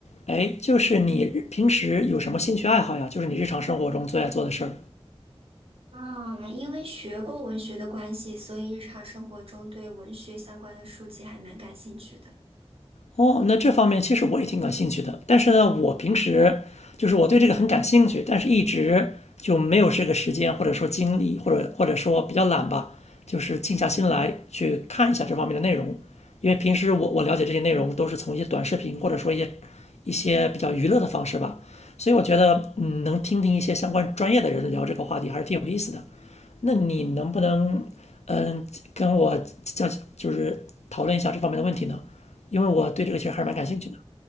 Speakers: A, on the left; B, on the right.
A: 哎，就是你平时有什么兴趣爱好呀？就是你日常生活中最爱做的事儿。
B: 啊，因为学过文学的关系，所以日常生活中对文学相关的书籍还蛮感兴趣的。
A: 哦，那这方面其实我也挺感兴趣的，但是呢，我平时就是我对这个很感兴趣，但是一直就没有这个时间，或者说精力，或者或者说比较懒吧，就是静下心来去看一下这方面的内容。因为平时我我了解这些内容都是从一些短视频，或者说一些一些比较娱乐的方式吧，所以我觉得嗯，能听听一些相关专业的人聊这个话题还是挺有意思的。那你能不能嗯跟我交就是讨论一下这方面的问题呢？因为我对这个其实还是蛮感兴趣的。
B: 那可以，